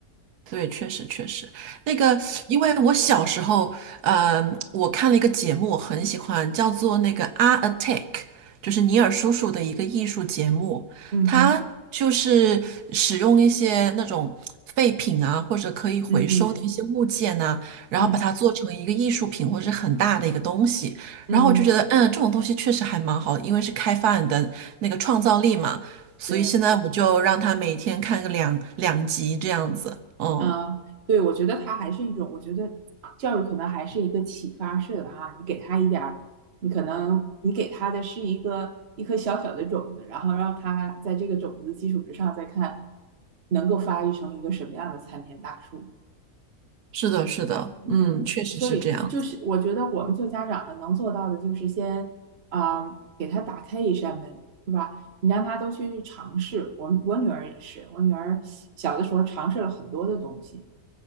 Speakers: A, on the right; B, on the right.
A: 对，确实确实，那个，因为我小时候，嗯，我看了一个节目，我很喜欢，叫做那个《Art Attack》，就是尼尔叔叔的一个艺术节目，
B: 嗯哼。
A: 他就是使用一些那种废品啊，或者可以回收的一些物件呐、
B: 嗯，
A: 然后把它做成一个艺术品或者是很大的一个东西，
B: 嗯嗯，
A: 然后我就觉得，嗯，这种东西确实还蛮好的，因为是开发你的那个创造力嘛。所以现在我就让他每天看个两两集这样子。
B: 对，
A: 嗯，
B: 嗯，对，我觉得它还是一种，我觉得教育可能还是一个启发式的哈，你给他一点儿，你可能你给他的是一个一颗小小的种子，然后让他在这个种子基础之上再看能够发育成一个什么样的参天大树。
A: 是的，是的，
B: 嗯，
A: 嗯，确实是这样子。
B: 所以就是我觉得我们做家长的能做到的，就是先啊、给他打开一扇门，是吧？你让他都去尝试。我们我女儿也是，我女儿小的时候尝试了很多的东西，